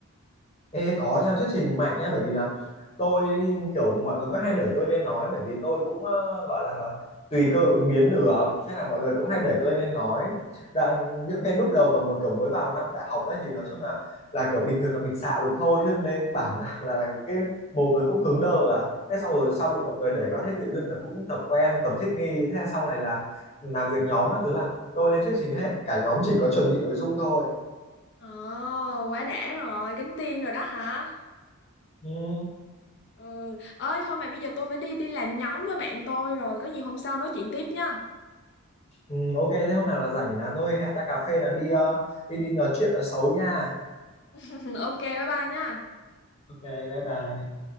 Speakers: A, on the left (about 30°); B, on the left (about 50°).
A: Ê, có nha thuyết trình mạnh nha bởi vì là tôi kiểu mọi người có hay đẩy tôi lên nói bởi vì tôi cũng ờ, gọi là, là tùy cơ ứng biến được hay là mọi người cũng
B: Ừ.
A: hay đẩy tôi lên nói Đoạn, những cái lúc đầu mà mới kiểu mới vào năm đại học ấy thì nói chung là là kiểu bình thường là mình xạo được thôi chứ lên bảng là, là, là cái mồm nó cũng cứng đơ à thế sau rồi sau bị mọi người đẩy quá thế tự dưng là cũng tập quen tập thích nghi thế sau này là làm việc nhóm á cứ làm tôi lên thuyết trình hết cả nhóm chỉ có chuẩn bị nội dung thôi
B: Ồ, quá đã rồi, cánh tiên rồi đó hả?
A: ừ.
B: Ừ. Ơi thôi mà bây giờ tôi phải đi đi làm nhóm với bạn tôi rồi, có gì hôm sau nói chuyện tiếp nha.
A: Ừ, ok thế hôm nào là rảnh là tôi hẹn ra cà phê là đi ờ, đi đi nói chuyện ở xấu nha
B: <laughs> ok bye bye nhá
A: ok bye bye